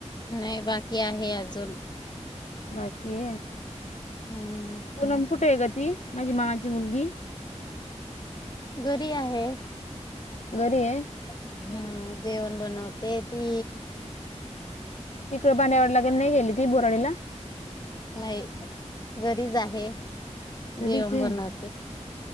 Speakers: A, on the left (about 35°); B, on the left (about 70°).
A: नाही बाकी आहे अजून
B: बाकी
A: हम्म
B: पनम कुठे आहे का ती माझी माची मुलगी
A: घरी आहे
B: घरी आहे
A: हम्म जेवण बनवते ती
B: तिकडं बांडावरलागेर नाही गेली ती बोराणीला
A: नाही घरीच आहे
B: घरीच
A: जेवण
B: आहे
A: बनवते